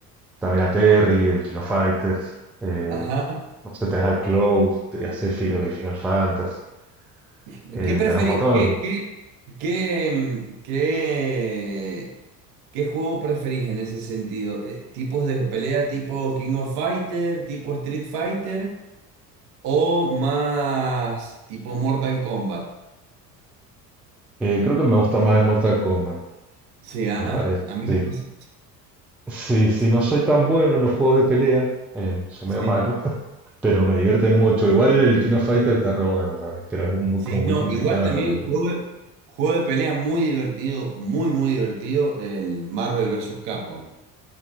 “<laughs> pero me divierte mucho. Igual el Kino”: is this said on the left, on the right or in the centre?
Centre